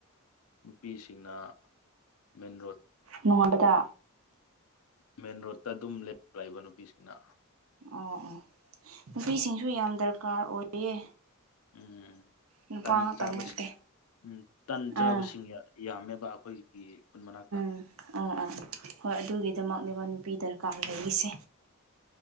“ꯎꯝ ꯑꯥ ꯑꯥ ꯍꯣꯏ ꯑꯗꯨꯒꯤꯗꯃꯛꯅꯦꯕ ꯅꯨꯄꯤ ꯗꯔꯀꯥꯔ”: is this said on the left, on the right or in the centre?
Right